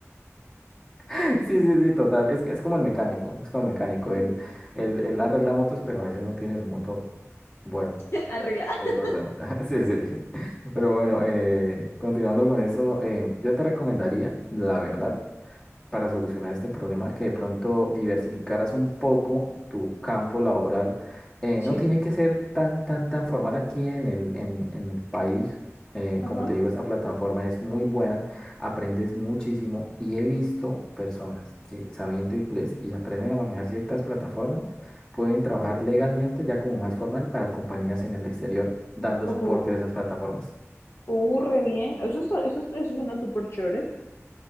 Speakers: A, on the left; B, on the left.
A: <laughs> sí, sí, sí, total. Es, que es como el mecánico, es como el mecánico. Él,
B: Sí.
A: él, él arregla motos, pero a veces no tiene su moto. Bueno,
B: <laughs> Arreglada.
A: total. <laughs> Sí, sí. Pero bueno, eh, continuando con eso, eh, yo te recomendaría, la verdad. para solucionar este problema, que de pronto diversificaras un poco tu campo laboral. Eh,
B: Sí,
A: no tiene que ser tan, tan, tan formal aquí en el, en, en el país. Eh,
B: ajá,
A: como te digo, esta plataforma es muy buena, aprendes muchísimo y he visto personas que sabiendo inglés y aprenden a manejar ciertas plataformas, pueden trabajar legalmente ya como más formal para compañías en el exterior dando
B: ok.
A: soporte a esas plataformas.
B: Uh, re bien. Eso está, eso está- eso suena súper chévere.